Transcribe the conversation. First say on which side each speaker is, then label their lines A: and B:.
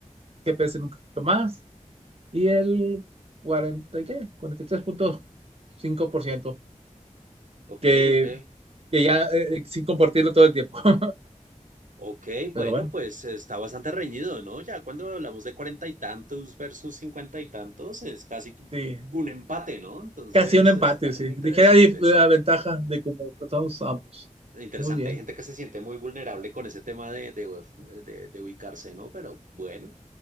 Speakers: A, on the right; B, on the right.
A: que pese nunca más, y el 40, ¿y qué? cuarenta y tres punto cinco por ciento
B: Ok,
A: que,
B: ok.
A: que ya eh, eh, sin compartirlo todo el tiempo. <laughs>
B: Ok, bueno,
A: Pero bueno,
B: pues está bastante reñido, ¿no? Ya cuando hablamos de cuarenta y tantos versus cincuenta y tantos, es casi
A: sí,
B: un empate, ¿no? Entonces
A: casi un empate,
B: está
A: sí.
B: interesante,
A: Dijera dif- la
B: sí.
A: ventaja de cómo empezamos ambos.
B: Interesante,
A: Muy bien,
B: hay gente que se siente muy vulnerable con ese tema de, de, de- de ubicarse, ¿no? Pero bueno,